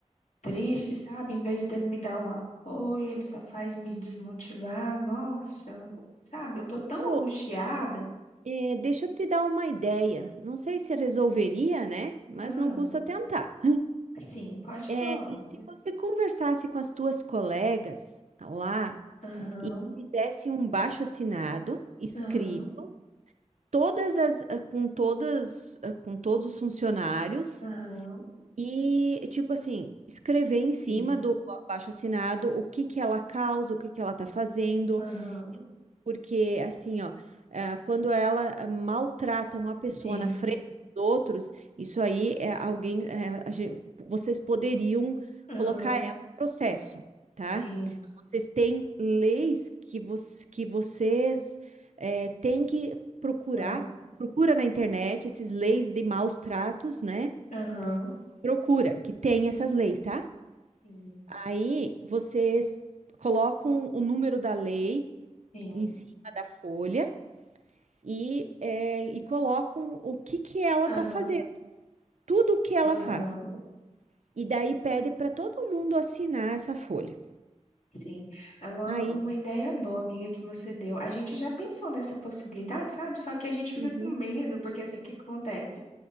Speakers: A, on the left; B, on the right.
A: triste, sabe? Em vez dele me dar um apoio, ele só faz me desmotivar. Nossa, sabe? Eu tô tão
B: Viu?
A: angustiada.
B: É, deixa eu te dar uma ideia. Não sei se resolveria, né? Mas
A: Ah,
B: não custa tentar.
A: sim, pode
B: É,
A: falar,
B: e
A: amiga.
B: se você conversasse com as tuas colegas lá
A: Aham,
B: e fizesse um baixo assinado escrito
A: aham,
B: todas as eh, com todas eh, com todos os funcionários
A: aham,
B: e tipo assim, escrever em cima
A: sim,
B: do abaixo-assinado o que que ela causa, o que que ela tá fazendo,
A: aham,
B: porque, assim, ó, ah, quando ela eh, maltrata uma pessoa
A: sim,
B: na frente dos outros, isso aí é alguém. é, a gen- vocês poderiam
A: aham,
B: colocar ela em processo, tá?
A: sim,
B: Vocês têm leis que, vos- que vocês é, têm que procurar.
A: aham,
B: Procura na internet esses leis de maus tratos, né?
A: aham,
B: Procura, que tem essas leis, tá?
A: sim,
B: Aí vocês colocam o número da lei
A: sim.
B: em cima da folha e, é, e colocam o que, que ela
A: Aham.
B: está fazendo, tudo o que ela
A: Aham,
B: faz. E daí pede para todo mundo assinar essa folha.
A: sim. É uma,
B: Aí,
A: uma ideia boa, amiga, que você deu. A gente já pensou nessa possibilidade, sabe? Só que a gente fica
B: Uhum.
A: com medo, porque assim, o que que acontece?